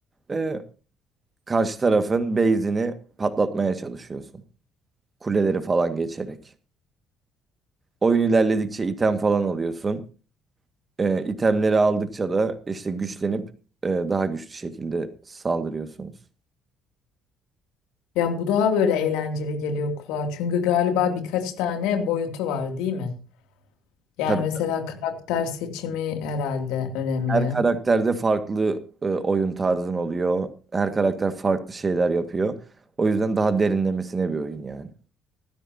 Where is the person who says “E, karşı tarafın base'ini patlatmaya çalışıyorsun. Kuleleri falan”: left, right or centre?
Right